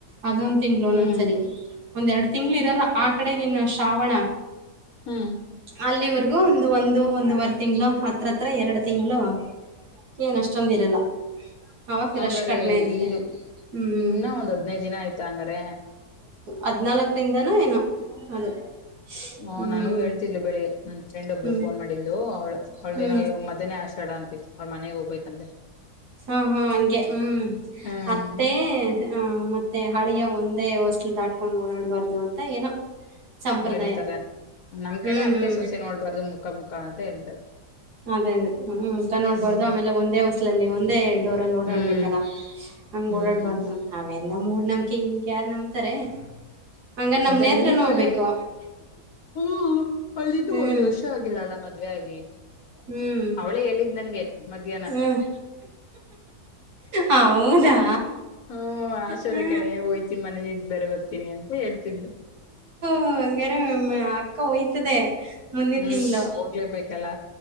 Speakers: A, on the right; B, on the left.
A: ಅದೊಂದ್ ತಿಂಗಳು ಒನ್ನೊಂದ್ಸರಿ
B: ಹ್ಮ್
A: ಒಂದ್ ಎರಡು ತಿಂಗ್ಗಳು ಇರಲ್ಲ ಆ ಕಡೆಗ ಇನ್ನು ಶ್ರಾವಣ.
B: ಹ್ಮ್
A: ಅಲ್ಲಿವರೆಗೂ ಒಂದು ಒಂದು ಒಂದವರೆ ತಿಂಗಳು ಹತ್ರ ಹತ್ರ ಎರಡು ತಿಂಗಳು. ಹ ಏನ ಅಷ್ಟೊಂದ ಇರಲ್ಲ. ಆವಾಗ
B: ಹಂಗಾರ
A: ರಶ್ ಕಡಿಮೆ ಇರುತ್ತೆ
B: ಇದು
A: ಹ್ಞೂ
B: ಇನ್ನೂ ಒಂದ್ ಹದ್ನೈದು ದಿನ ಆಯ್ತಾ ಹಂಗಾರ.
A: ಹದ್ನಾಲ್ಕರಿಂದಾನ ಏನ ಅದು.
B: ಹ
A: ಹ್ಞೂ
B: ನಾನು ಹೇಳ್ತಿದ್ಲು ಬೆಳಿಗ್ ನನ್ ಫ್ರೆಂಡ್ ಒಬ್ಳ
A: ಹ್ಞೂ
B: ಫೋನ್ ಮಾಡ್ಲು ಅವಳು ಅವಳ್ದೇನ
A: ಹ್ಞೂ
B: ಇವಾಗ. ಆಷಡ ಅ ಹೋಗಬೇಕಂತ್ರೆ
A: ಹಾ ಹಾ ಅಗೆ ಹ್ಮ್
B: ಹ್ಮ್
A: ಅತ್ತೆ ಅ ಮತ್ತೆ ಹಳಿಯ ಒಂದೇ ಹೊಸ್ಲ್ ದಾಟ್. ಹಕೊಂಡ್ ಓಡಾಡ್ಬಾರ್ದು ಅಂತ ಏನೋ. ಸಂಪ್ರದಾಯ
B: ಹೇಳ್ತಾರೆ ನಮ್
A: ಹ್ಞೂ
B: ಕಡೆ ಅತ್ತೆ
A: ಹ್ಞೂ
B: ಸೊಸೆ ನೋಡ್ಬಾರ್ದು ಮುಖ ಮುಖ ಅಂತ ಹೇಳ್ತಾರೆ.
A: ಅದೇ ಅದೇ ಹ್ಮ ತ ನೋಡ್ಬಾರ್ದು
B: ಹ್ಮ್
A: ಆಮೇಲೆ ಒಂದೇ ಹೊಸ್ಲಲ್ಲಿ ಒಂದೇ ಡೋರಲ್ಲಿ ಓಡಾಡ್ಬೇಕಲ್ಲ.
B: ಹ್ಮ್
A: ಹಂಗ್
B: ಹ್ಮ್
A: ಓಡಾಡ್ಬಾರ್ದ ಅವೆಲ್ಲ ಮೂಡ್ ನಮ್ಕೆ ಈಗ ಯಾರ್ ನಂಬತಾರೆ. ಹಂಗ ನಮ್
B: ಅದೇ
A: ನೇತ್ರನ
B: ಹಳ್ಳಿ ಕಡೆ
A: ಹೋಗ್ಬೇಕು.
B: ಹ್ಮ್ ಅಳ್ಳಿನ್ನು
A: ಹ್ಮ್
B: ಒಂದ್ ವರ್ಷ ಆಗಿಲ್ಲ ಅಲ್ಲ ಮದ್ವೆ ಆಗಿ
A: ಹ್ಮ್
B: ಅವಳೇ ಹೇಳಿದ್ ನನ್ಗೆ ಮಧ್ಯಾಹ್ನ
A: ಹ್ಮ್ ಹೌದಾ
B: ಹ್ಮ ಆಷಾಡ
A: ಹ್ಮ
B: ಕಣೆ ಹೋಯ್ತಿನಿ ಮನೇಲಿ ಇದ ಬರವಂತ್ ತಿ ಅಂತ ಹೇಳ್ತಿದ್ಲು
A: ಓ ಅಂಗರೇ ಅಕ್ಕ ಹೋಯ್ತದೆ ಮುಂದಿನ್
B: ಹ್ಮ್
A: ತಿಂಗಳು
B: ಹೋಗ್ಲೇಬೇಕಲ್ಲ